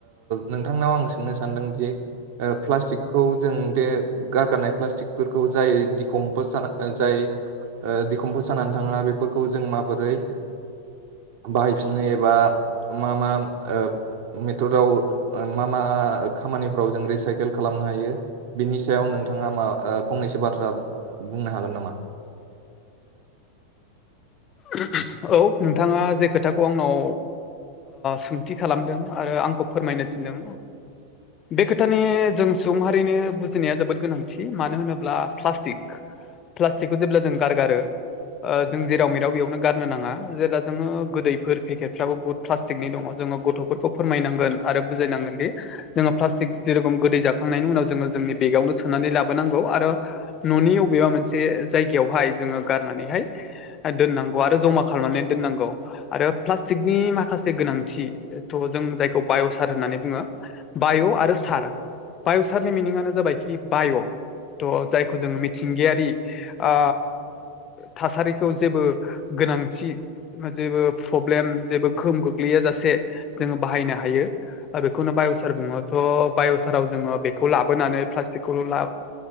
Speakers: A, on the right; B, on the left.
A: नोंथांनाव आं सोंनो सानदोंदि प्लासटिक खौ जों बे गारगारनाय प्लास्टिकफोरखौ जाय दिकमपस जानाय जाय ओ दिखम्फ जानानै थाङा बेफोरखौ जों माबोरै बाहायफिननो एबा मा मा ओ मेथ'दाव मा मा खामानिफोराव जों रिसायकेल खालाम नो हायो बिनि सायाव नोंथाङा मा फंनैसो बाथ्रा बुंनो हागोन नामा
B: औ नोंथाङा जे खोथाखौ आंनाव सोंथि खालामदों आरो आंखौ फोरमायनो थिनदों बे खोथानि जों सुबुंहारिनो बुजिनाया जोबोद गोनांथि मानो होनोब्ला प्लास्टिक प्लास्टिकखौ जेब्ला जों गार गारो जों जेराव मेराव बेयावनो गारनो नाङा जेला जोङो गोदैफोर पेकेटफ्राबो बहुत प्लास्टिकनि दङ जोङो गथ'फोरखौ फोरमायनां गोन आरो बायनांगोन दि जोङो प्लास्टिक जेरेखम गोदै जाखांनायनि उनाव जोङो जोंनि बेगावनो सोनानै लाबो नांगौ आरो ननि अबेबा मोनसे जायगायावहाय जोंङो गारनानै दोननां गौ आरो जमा खालामना दोनांगौ आरोनि प्लास्टिकनि माखासे गोनांथि जों जायखौ बाय' सार होननानै बुङो बाय' आरो सार बाय'सारनि मिनिङानो जाबायखि बाय' थह जायखौ जोङो मिथिंगायारि ओ थासारिखौ जेबो गोनांथि जेबो प्रब्लेम जेबो गोहोम गोग्लैया जासे जोङो बाहायनो हायो बेखौनो बाय'सार बुङोथ' बाय'साराव जोङो बेखौ लाबोनानै प्लास्टिकखौल' ला